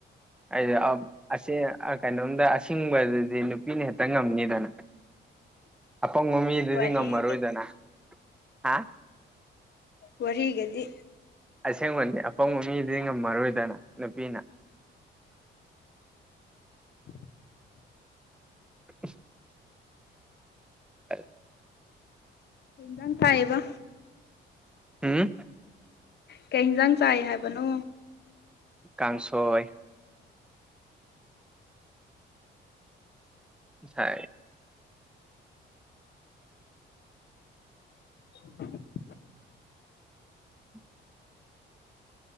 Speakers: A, in the centre; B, on the left.
A: ꯑꯩꯗꯤ ꯑꯁꯤ ꯀꯩꯅꯣꯝꯗ ꯑꯁꯤꯡꯕꯗꯨꯗꯤ ꯅꯨꯄꯤꯅ ꯍꯦꯛꯇ ꯉꯝꯅꯤꯗꯅꯠꯇꯦ ꯑꯄꯪꯕ ꯃꯤꯗꯨꯗꯤ
B: ꯋꯥꯔꯤꯒꯗꯤ
A: ꯉꯝꯃꯔꯣꯏꯗꯅ ꯍꯥ
B: ꯋꯥꯔꯒꯗꯤ
A: ꯑꯁꯦꯡꯕꯗꯤ ꯑꯄꯪꯕ ꯃꯤꯗꯤ ꯉꯝꯃꯔꯣꯏꯗꯅ ꯅꯨꯄꯤꯅ
B: <unintelligible>
A: <unintelligible> ꯑ
B: ꯌꯦꯖꯅ ꯄꯌꯦꯕ
A: ꯎꯝ
B: ꯀꯩ ꯌꯦꯟꯁꯥꯡ ꯆꯥꯏ ꯍꯥꯏꯕꯅꯣ
A: ꯀꯥꯡꯥꯟꯁꯣꯏ ꯁ
B: <unintelligible>
A: <unintelligible>